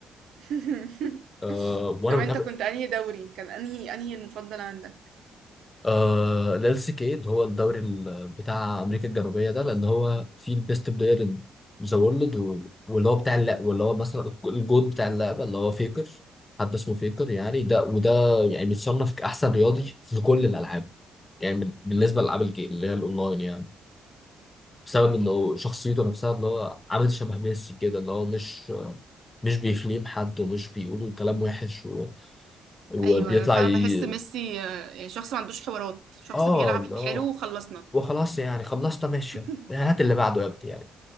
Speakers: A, on the right; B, on the left.
A: <laughs>
B: آه وانا
A: طب
B: بتابع
A: انت كنت انهي دوري كان انهي انهي المفضل عندك
B: آه ال LCK اللي هو الدوري ال- بتاع امريكا الجنوبيه ده لان هو فيه البيست بلاير ان ذا وورلد واللي هو بتاع اللعبه واللي هو مثلا الجود بتاع اللعبه اللي هو فيكر حد اسمه فيكر يعني ده وده يعني بيتصنف كاحسن رياضي في كل الالعاب يعني بال- بالنسبه لالعاب الجيم اللي هي الاونلاين يعني بسبب انه شخصيته نفسها اللي هو عامل شبه ميسي كده اللي هو مش مش بيفليم حد ومش بيقولوا كلام وحش و... وبيطلع
A: ايوه انا فعلا
B: ي...
A: بحس ميسي آه، يعني شخص ما عندوش حوارات شخص
B: اه
A: بيلعب
B: لا
A: حلو وخلصنا
B: وخلاص يعني خلصت ماشي
A: <laughs>
B: يعني هات اللي بعده يا ابني يعني